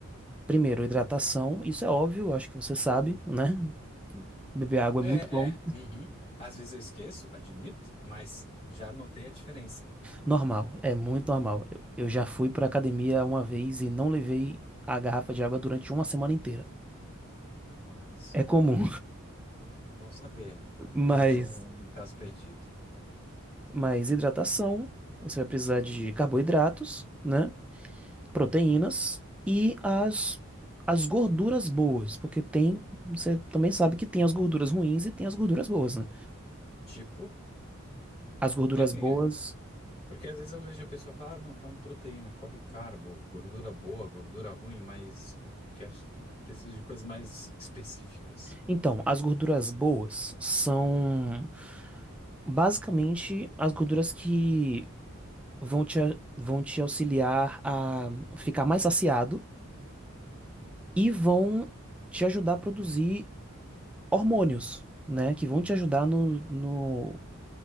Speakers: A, in the centre; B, on the left (about 25°).
A: primeiro, hidratação. Isso é óbvio, eu acho que você sabe, né? Beber água
B: É,
A: é muito bom.
B: é, uhum. Às vezes eu esqueço, admito, mas já notei a diferença.
A: Normal, é muito normal. Eu, eu já fui para academia uma vez e não levei a garrafa de água durante uma semana inteira.
B: Rapaz,
A: É comum,
B: bom saber
A: <laughs> mas,
B: que eu não sou um caso perdido.
A: mas hidratação, você vai precisar de carboidratos, né? Proteínas e as, as gorduras boas, porque tem, você também sabe que tem as gorduras ruins e tem as gorduras boas, né?
B: Tipo,
A: As gorduras
B: que assim.
A: boas,
B: é, Porque às vezes eu vejo a pessoa falar, ah, não, come proteína, come carbo, gordura boa, gordura ruim, mas quero, só- preciso de coisas mais específicas.
A: então, as gorduras boas são basicamente as gorduras que vão te, a- vão te auxiliar a ficar mais saciado e vão te ajudar a produzir hormônios, né, que vão te ajudar no, no-